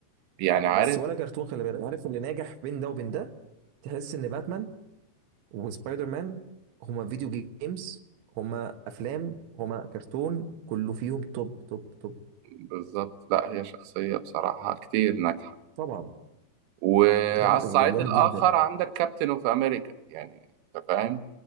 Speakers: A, on the right; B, on the right.
A: يعني عارف
B: بس ولا كرتون خلي بالك عارف اللي ناجح بين ده وبين ده تحس ان باتمان وسبايدر مان هما فيديو جيمز هما افلام هما كرتون كله فيهم توب توب توب
A: بالظبط لا هي شخصية بصراحة كتير ناجحة
B: طبعا
A: وعلى
B: جامد
A: الصعيد
B: جامد
A: الآخر
B: جدا
A: عندك كابتن اوف أمريكا يعني أنت فاهم